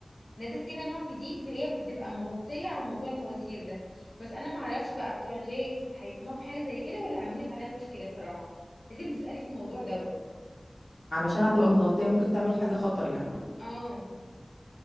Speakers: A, on the left (about 80°); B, on the left (about 60°).
A: نازل كده نوع جديد فهي بتبقى مغطيه على موضوع المواسير ده بس انا ما اعرفش بقى بتوع الغاز هيسمعوا حاجه زي كده ولا هيعملوا لك عليها مشكله صراحه لازم تسالي في الموضوع دوت
B: علشان هتبقى متغطية ممكن تعمل حاجة خطر يعني
A: اه